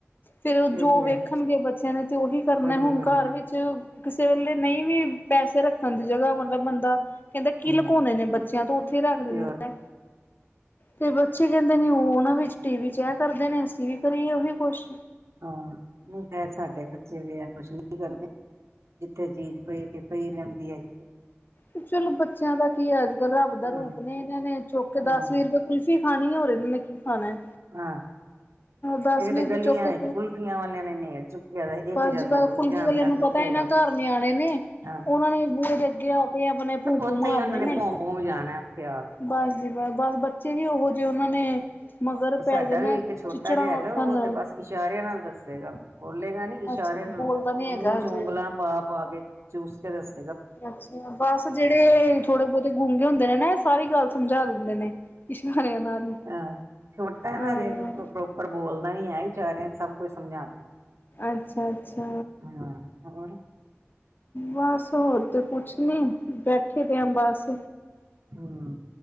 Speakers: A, on the left; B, on the right.
A: ਫੇਰ ਜੋ
B: ਇਹ ਤੇ
A: ਵੇਖਣਗੇ
B: ਹੈ
A: ਬੱਚੇ ਬੱਚਿਆਂ ਨੇ ਤੇ ਉਹੀ ਕਰਨਾ
B: ਉਹੀਓ
A: ਹੁਣ
B: ਕਰਨਾ
A: ਘਰ ਵਿੱਚ ਕਿਸੇ ਵੇਲੇ ਨਹੀਂ ਵੀ ਪੈਸੇ ਰੱਖਣ ਦੀ ਜਗ੍ਹਾ ਮਤਲਬ ਬੰਦਾ ਕਹਿੰਦਾ ਕੀ
B: ਹਮ
A: ਲੁਕਾਉਣੇ ਨੇ ਬੱਚਿਆਂ ਤੋਂ ਉੱਥੇ ਹੀ ਰੱਖ ਦਿੰਦੇ
B: ਪਿਓਰ
A: ਆ ਤੇ ਬੱਚੇ ਕਹਿੰਦੇ ਨੇ ਉਹ ਉਹਨਾਂ ਵਿੱਚ ਟੀ ਵੀ ਚ ਇਹ ਕਰਦੇ ਨੇ। ਅਸੀਂ ਵੀ ਕਰੀਏ ਉਹੀ ਕੁਛ।
B: ਹਾਂ ਨਹੀਂ ਖੈਰ ਸਾਡੇ ਬੱਚੇ ਜ ਆ ਕੁਛ ਨੀ ਕਰਦੇ। ਜਿੱਥੇ ਚੀਜ਼ ਪਈ ਪਈ ਰਹਿੰਦੀ ਹੈਗੀ ਏ।
A: ਤੇ ਚਲੋ ਬੱਚਿਆਂ ਦਾ ਕੀ ਹੈ। ਅੱਜ ਕੱਲ ਰੱਬ ਦਾ ਰੂਪ
B: ਹਾਂ
A: ਨੇ। ਇਹਨਾਂ ਨੇ ਚੁੱਕ
B: ਹਾਂ
A: ਦਸ ਵੀਹ ਰੁਪਏ ਕੁਲਫੀ ਖਾਣੀ ਉਹ ਓਨਾ ਨੇ ਕੀ ਖਾਣਾ ਏ?
B: ਹਾਂ
A: ਦਸ
B: ਇਹ
A: ਵੀਅ
B: ਤੇ ਗਲੀਆਂ
A: ਚੋਕੇ
B: ਵਿੱਚ ਕੁਲਫੀਆਂ ਵਾਲਿਆਂ ਨੇ ਨੇਲ ਚੁੱਕਿਆ ਦਾ ਇੱਕ
A: ਬਸ
B: ਜਾਂਦਾ
A: ਜ
B: ਦੂਜਾ
A: ਕੁਲਫੀ
B: ਆਂਦਾ
A: ਵਾਲੇ ਨੂੰ ਪਤਾ
B: ਦੂਜਾ
A: ਜਿਨਾ
B: ਜਾਂਦਾ
A: ਘਰ ਨਿਆਣੇ ਨੇ
B: ਹਾਂ
A: ਉਹਨਾਂ ਨੇ ਬੂਹੇ ਦੇ ਅੱਗੇ ਆ ਕੇ ਓਨਾ ਭੂ-ਭੂ
B: ਉੱਥੇ
A: ਮਾਰਨੇ
B: ਹੀ ਉਹਨਾਂ
A: ਨੇ।
B: ਭੋਂ ਭੋਂ ਜਾਣਾ ਉੱਥੇ ਆ ਕੇ
A: ਬਸ ਜੀ ਬਸ-ਬਸ ਬੱਚੇ ਵੀ ਉਹੋ ਜਿਹੇ ਉਹਨਾਂ ਨੇ ਮਗਰ
B: ਸਾਡਾ
A: ਪੈ ਜਾਣਾ
B: ਵੀ ਇੱਕ ਛੋਟਾ
A: ਚਿਚੜਾਂ
B: ਜਿਹਾ ਹੈਗਾ।
A: ਆਕਣ
B: ਉਹ ਤੇ ਬਸ ਇਸ਼ਾਰਿਆਂ ਨਾਲ ਦੱਸੇਗਾ ਬੋਲੇਗਾ ਨੀ
A: ਅੱਛਾ
B: ਚਾਰੇ
A: ਜੀ
B: ਨੂੰ
A: ਬੋਲਦਾ ਨੀ ਹੈਗਾ
B: ਮੂੰਹ ਚ
A: ਹਜੇ
B: ਉਂਗਲਾਂ ਪਾ, ਪਾ ਕੇ ਚੂਸ ਕੇ ਦੱਸ
A: ਅੱਛਾ। ਬਸ ਜਿਹੜੇ ਥੋੜੇ ਬਹੁਤੇ ਗੂੰਗੇ ਹੁੰਦੇ ਨੇ ਨਾ ਇਹ ਸਾਰੀ ਗੱਲ ਸਮਝਾ ਦਿੰਦੇ ਨੇ। ਇਸ਼ਾਰਿਆਂ ਨਾਲ ਹੀ
B: ਅਹ ਛੋਟਤਾ
A: ਅ
B: ਨਾ ਅਜੇ ਪ੍ਰੋਪਰ ਬੋਲਦਾ ਨੀ ਹੈ ਹੀ ਚਇਰਿਆਂ ਸਭ ਕੁਝ ਸਮਝਾ ਦਿੰਦਾ।
A: ਅੱਛਾ। ਅੱਛਾ
B: ਹਾਂ ਹੋਰ
A: ਬਸ ਹੋਰ ਤੇ ਕੁਛ ਨੀ ਬੈਠੇ ਰ ਆ ਬਸ?
B: ਹੂੰ।